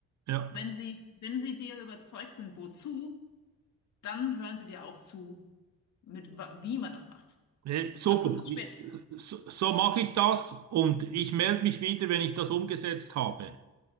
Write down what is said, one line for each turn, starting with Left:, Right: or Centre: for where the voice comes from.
Right: ja.
Left: Wenn sie, wenn sie dir überzeugt sind, wozu, dann hören sie dir auch zu, mit wa- wie man das macht.
Right: Hey, super.
Left: Aber das kommt erst
Right: Ich-
Left: später.
Right: So, so mache ich das und ich melde mich wieder, wenn ich das umgesetzt habe.